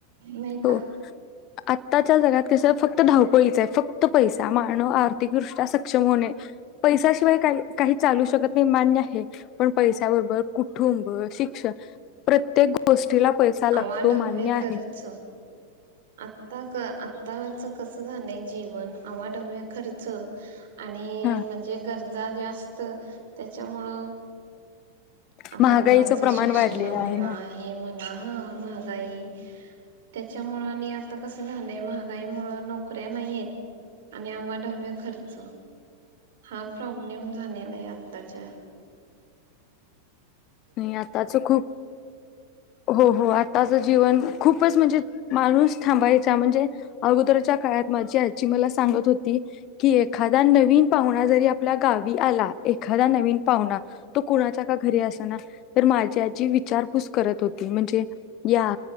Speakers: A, on the right (about 55°); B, on the left (about 35°).
A: नाई
B: तो
A: का?
B: आत्ताच्या जगात कसं फक्त धावपळीचं आहे फक्त पैसा मानव आर अतिकृष्ट्या सक्षम होणे. पैसाशिवाय काही काही चालू शकत नाही मान्य आहे, पण पैशबरोबर कुटुंब शिक्षण प्रत्येक गोष्टीला पैसा लागतो
A: आवाढव्य
B: मान्य आहे
A: खर्च आताच क आताच कसं झालंय जीवन आवाढव्य खर्च आणि
B: हा
A: म्हणजे गर जा जास्त असत त्याच्यामुळ आता
B: महागाईचं
A: मुलांचं
B: प्रमाण
A: शिक्षण
B: वाढलेलं
A: म्हणा
B: आहे ना
A: हे म्हणा हं महागाई त्याच्यामुळ आणि आता कस झालंय महागाई मुळ नोकऱ्या नाहीयेत आणि आवाढव्य खर्च हा प्रॉब्लेम झालेलाय आताच्या
B: णि आताच खूप हो हो आताच जीवन खूपच म्हणजे माणूस थांबायचा म्हणजे अगोदरच्या काळात माझी आजी मला सांगत होती की, एखादा नवीन पाहुणा जरी आपल्या गावी आला एखादा नवीन पाहुणा तो कुणाचा का घरी असना तर माझी आजी विचारपूस करत होती. म्हणजे या